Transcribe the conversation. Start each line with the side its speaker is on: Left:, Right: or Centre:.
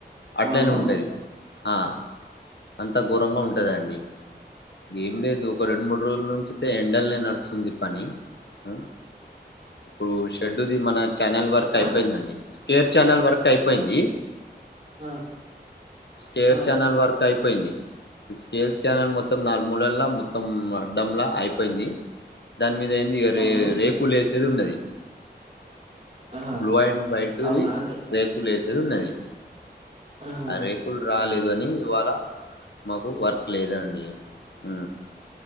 Left: అట్లనే
Right: అవును
Left: ఉంటాది. ఆ అన్ అంత ఘోరంగా ఉంటదండి.
Right: చి-
Left: ఏం లేదు ఒక రెండు మూడు రోజుల నుంచితే ఎండల్నే నడుస్తుంది పని ఉ ఇప్పుడు షెడ్డు ది మన చానల్ వర్క్ అయిపోయిందండి.
Right: ఆ
Left: స్కేర్ ఛానల్ వర్క్ అయిపోయింది.
Right: ఆ
Left: స్కేర్
Right: ఆ
Left: చానల్ వర్కు అయిపో పోయింది స్కేల్ స్కానర్ మొత్తం మొత్తం నాలుగు మూడెల్లా మొత్ మొత్తం అడ్డం లా అయి పోయింది దాని మీద ఏంది ఇ
Right: అవును
Left: రే రేకులు లేసి చదు ఉండది
Right: ఆహా
Left: బ్లూ అండ్ వైట్
Right: అవునా
Left: ఇది
Right: అండి
Left: రేకులేస్ దున్నది
Right: ఆహా
Left: అరేకుల్ రాల లేదు అని ఇవాళ మాకు వర్క్ లేదండి హ